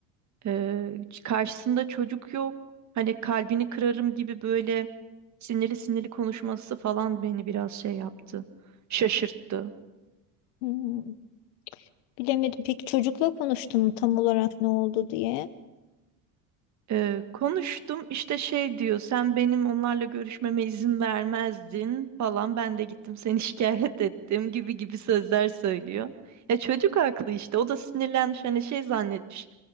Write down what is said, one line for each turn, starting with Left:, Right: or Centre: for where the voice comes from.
Right: Ee, karşısında çocuk yok. Hani kalbini kırarım gibi böyle sinirli sinirli konuşması falan beni biraz şey yaptı. Şaşırttı.
Left: Hmm. Bilemedim. Peki çocukla konuştun mu tam olarak ne oldu diye?
Right: Ee, konuştum işte şey diyor sen benim onlarla görüşmeme izin vermezdin falan ben de gittim seni <laughs> şikayet ettim gibi gibi sözler söylüyor. Ya çocuk haklı işte o da sinirlenmiş hani şey zannetmiş